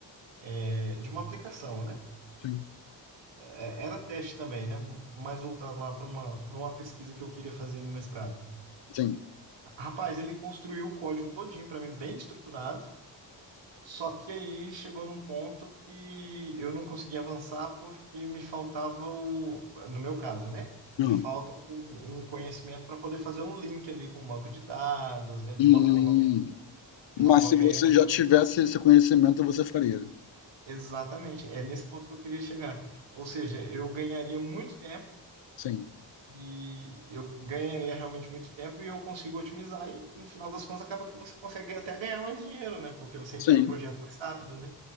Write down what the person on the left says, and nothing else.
sim,
sim,
não.
Hum,
mas
se
você
já tivesse esse conhecimento, você faria.
Sim,
sim,